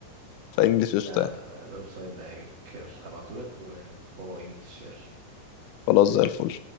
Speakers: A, on the left (about 90°); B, on the right (about 40°).
A: فانجلش قشطه
B: لا
A: يعني
B: لا لا الويب سايت ده عاجبك يلا هبعتهولك وهو انجليش يلا
A: خلاص زي الفل